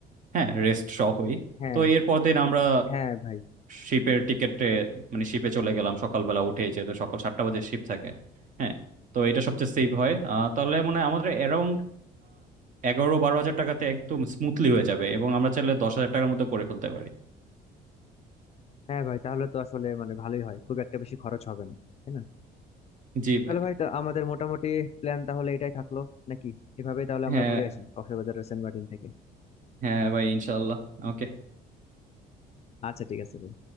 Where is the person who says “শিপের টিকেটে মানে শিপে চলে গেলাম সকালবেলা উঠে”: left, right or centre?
Right